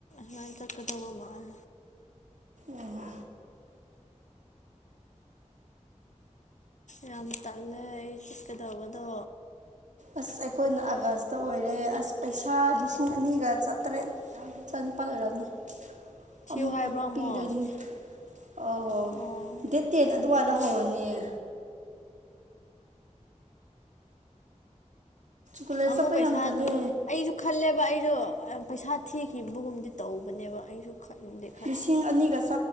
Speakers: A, on the left; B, on the right.
A: ꯍ ꯏꯀ ꯀꯗꯧꯕ ꯑꯃ
B: ꯑꯣ
A: ꯌꯥꯝ ꯇꯜꯂꯦ ꯑꯩ ꯆꯠꯀꯗꯧꯕꯗꯣ
B: ꯑꯁ ꯑꯩꯈꯣꯏꯅ ꯑꯥꯒꯁꯇ ꯑꯣꯏꯔꯦ ꯑꯁ ꯄꯩꯁꯥ ꯂꯤꯁꯤꯡ ꯑꯅꯤꯒ ꯆꯥꯇꯔꯦꯠ ꯆꯅꯤ ꯄꯒꯔꯅꯤ
A: ꯊꯤꯌꯨ
B: ꯑꯃꯨꯛꯀ
A: ꯍꯥꯏꯕ꯭ꯔꯣ ꯑꯃꯨꯛ
B: ꯄꯤꯗꯣꯏꯅꯤ ꯑꯍꯣꯏ
A: ꯑꯣ
B: ꯗꯦꯠ ꯇꯦꯟ ꯑꯗꯨꯋꯥꯏꯗ ꯍꯧꯔꯅꯤꯌꯦ ꯀꯣꯂꯦꯖ
A: ꯑꯃꯨꯛ
B: ꯆꯠꯄ
A: ꯄꯩꯁꯥ
B: ꯌꯥꯝ ꯇꯜꯂꯦ
A: ꯑꯩꯁꯨ ꯈꯜꯂꯦꯕ ꯑꯩꯖꯨ ꯄꯩꯁꯥ ꯊꯤꯈꯤꯕꯒꯨꯝꯗꯤ ꯇꯧꯕꯅꯦꯕ ꯑꯩꯁꯨ ꯈꯟꯗꯦ
B: ꯂꯤꯁꯤꯡ ꯑꯅꯤꯒ